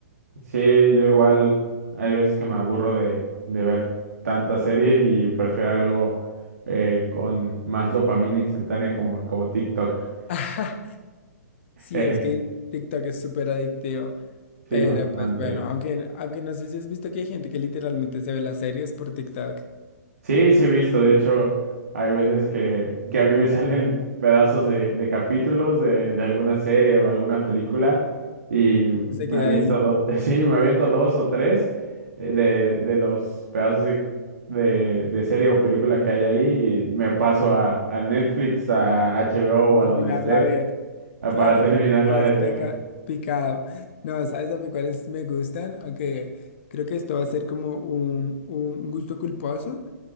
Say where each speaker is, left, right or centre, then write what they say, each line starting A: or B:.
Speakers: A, on the right; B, on the left.
A: Sí, yo igual hay veces que me aburro de, de ver tanta serie y prefiero algo eh, con más dopamina instantánea como, como TikTok.
B: <laughs> Sí,
A: Eh,
B: es que TikTok es súper adictivo.
A: sí,
B: Pero
A: bastante.
B: pues bueno, aunque, aunque no sé si has visto que hay gente que literalmente se ve las series por TikTok,
A: Sí, sí he visto. De hecho, hay veces que, que a mí me <laughs> salen pedazos de, de capítulos de, de alguna serie o alguna película y
B: se
A: me
B: queda
A: aviento,
B: ahí
A: do- <laughs> sí, me aviento dos o tres eh, de, de los pedazos de, de, de serie o película que hay ahí y me paso a, a Netflix, a HBO
B: a
A: o
B: terminarla
A: o a donde esté
B: a ver.
A: a-
B: Claro,
A: para <laughs> terminarla
B: porque quedas
A: de ver.
B: peca- picado. No, ¿sabes a mí cuáles me gustan? Aunque creo que esto va a ser como un, un gusto culposo.